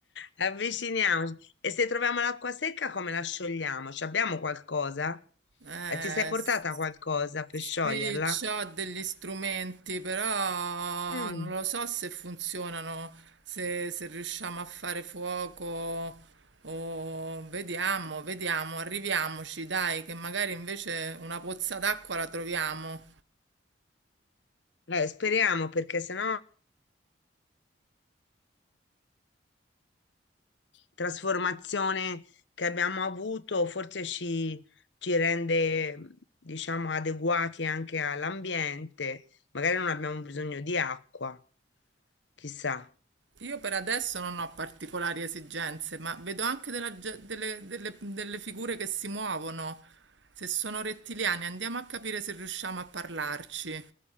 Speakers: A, on the left; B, on the right.
A: Avviciniamoci. E se troviamo l'acqua secca, come la sciogliamo? Ci abbiamo qualcosa?
B: Eh,
A: Eh, ti sei portata
B: s-
A: qualcosa per
B: sì,
A: scioglierla?
B: c'ho degli strumenti, però
A: Mm.
B: non lo so se funzionano, se, se riusciamo a fare fuoco o vediamo, vediamo, arriviamoci, dai, che magari invece una pozza d'acqua la troviamo.
A: Eh, speriamo perché sennò trasformazione che abbiamo avuto forse ci, ci rende, diciamo, adeguati anche all'ambiente. Magari non abbiamo bisogno di acqua, chissà.
B: Io per adesso non ho particolari esigenze, ma vedo anche della ge- delle, delle- delle figure che si muovono. Se sono rettiliani, andiamo a capire se riusciamo a parlarci.